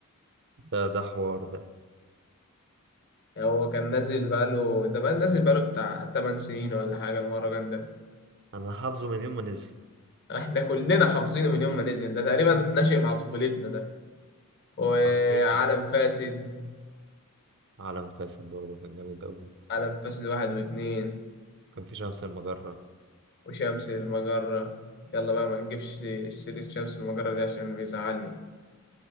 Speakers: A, on the right; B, on the left.
A: ده ده حوار ده
B: هو كان نازل بقاله ده بقى نازل بقاله بتاع 8 سنين ولا حاجه المهرجان ده
A: انا حافظه من يوم ما نزل
B: احنا كلنا حافظينه من يوم ما نزل ده تقريبا ناشئ مع طفولتنا ده وعالم
A: حرفيا
B: فاسد
A: عالم فاسد برضه كان جامد قوي
B: عالم فاسد واحد واتنين
A: كان في شمس المجرة
B: وشمس المجرة يلا بقى ما نجيبش سيرة شمس المجرة دي عشان بيزعلني